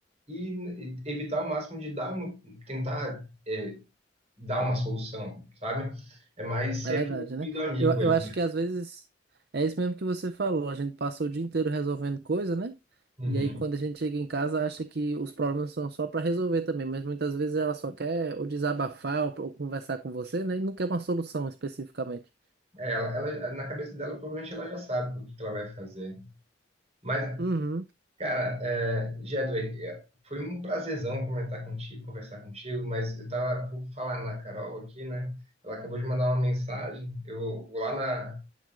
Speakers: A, on the right; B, on the right.
A: e, e evitar o máximo de dar, uma- tentar, é, dar uma solução, sabe? É mais ser
B: É verdade,
A: aquele ouvido
B: né?
A: amigo
B: Eu,
A: ali,
B: eu acho
A: né?
B: que às vezes é isso mesmo que você falou. A gente passa o dia inteiro resolvendo coisa, né?
A: Uhum.
B: E aí quando a gente chega em casa, acha que os problemas são só para resolver também, mas muitas vezes ela só quer ou desabafar ou, ou conversar com você, né? E não quer uma solução especificamente.
A: É, ela, ela- na cabeça dela, provavelmente ela já sabe o que que ela vai fazer. Mas,
B: Uhum.
A: cara, é, Jedway, é, foi um prazerzão comentar contigo, conversar contigo, mas eu tava por falar na Carol aqui, né? Ela acabou de mandar uma mensagem. Eu vou lá na,